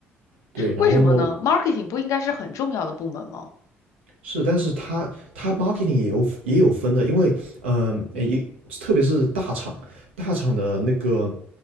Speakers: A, on the right; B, on the left.
A: 对，然后呢，
B: 为什么呢？marketing 不应该是很重要的部门吗？
A: 是，但是它它 marketing 也有也有分的，因为嗯，呃一、呃特别是大厂，大厂的那个